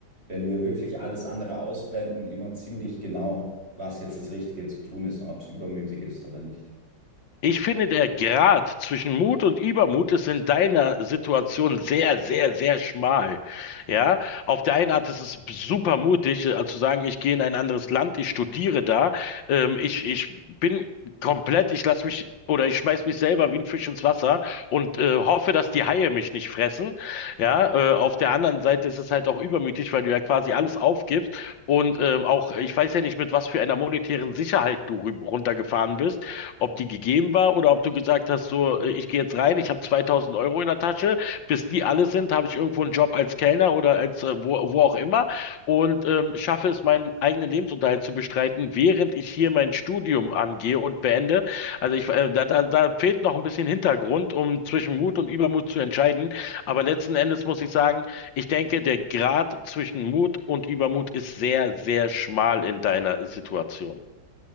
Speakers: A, on the right (about 30°); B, on the left (about 80°).
A: wenn wir wirklich alles andere ausblenden, immer ziemlich genau, was jetzt das Richtige zu tun ist und ob es übermütig ist oder nicht.
B: Ich finde, der Grat zwischen Mut und Übermut ist in deiner Situation sehr, sehr, sehr schmal. Ja, auf der einen Art ist es super mutig, äh, zu sagen, ich gehe in ein anderes Land, ich studiere da, ähm, ich, ich bin komplett, ich lasse mich oder ich schmeiß mich selber wie ein Fisch ins Wasser und äh, hoffe, dass die Haie mich nicht fressen. Ja, äh, auf der anderen Seite ist es halt auch übermütig, weil du ja quasi alles aufgibst und ähm, auch, ich weiß ja nicht, mit was für einer monetären Sicherheit du rü- runtergefahren bist ob die gegeben war oder ob du gesagt hast, so, äh, ich gehe jetzt rein, ich habe 2000 Euro in der Tasche, bis die alle sind, habe ich irgendwo einen Job als Kellner oder als äh, wo, wo auch immer und ähm, schaffe es, meinen eigenen Lebensunterhalt zu bestreiten, während ich hier mein Studium angehe und beende. Also ich, äh, da, da, da fehlt noch ein bisschen Hintergrund, um zwischen Mut und Übermut zu entscheiden. Aber letzten Endes muss ich sagen, ich denke, der Grad zwischen Mut und Übermut ist sehr, sehr schmal in deiner Situation.